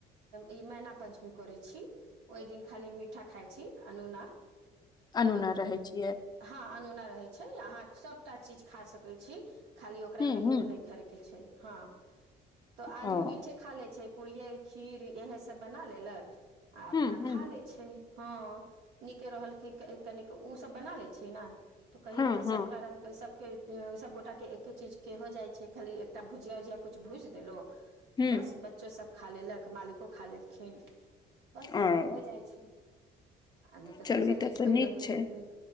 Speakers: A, on the right; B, on the left.
A: ई मैना पञ्चमी करैत छी। ओहि दिन खाली मीठा खाइ छी। अनोना
B: अनोना
A: हँ
B: रहै छियै।
A: हँ अनोना रहैत छै। अहाँ सभटा चीज खा सकैत छी। खाली ओकरा
B: हूँ
A: मऽ
B: हूँ
A: नून नहि धरय के छै। हँ तऽ आदमी
B: ओ
A: मीठे खा लै छै। पूड़ियए खीर इएह सभ बना लेलक आ अपना
B: हूँ हूँ
A: खा ले छै। हँ नीके रहलकै <unintelligible> सब बना लै छिय। नऽ तऽ कहि
B: हँ
A: तऽ
B: हँ
A: सबटा सबके सब गगोटााक के एके चीज के हो जाइ छै। खाली एकटा भुजिया उजिया कुछ भुजि देलो
B: हूँ
A: बस बच्चो सभ खा लेलक मालिको खा लेलखिन बस
B: ओ
A: हो जाइ छै। नहि तऽ
B: चलू
A: दोसर
B: ई तब
A: चीज
B: तऽ
A: करियौ
B: नीक
A: <unintelligible>
B: छै